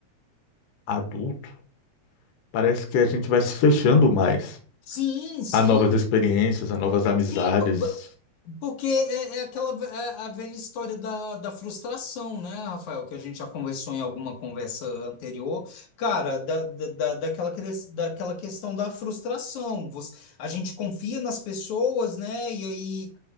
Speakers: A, on the left; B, on the left.
A: adulto, parece que a gente vai se fechando mais
B: Sim, sim,
A: a novas experiências, a novas amizades,
B: sim, po- bo- porque é, é aquela ve- é a velha história da, da frustração, né, Rafael, que a gente já conversou em alguma conversa anterior, cara, da, da, da- daquela, cres- daquela questão da frustração. Você- a gente confia nas pessoas, né, e aí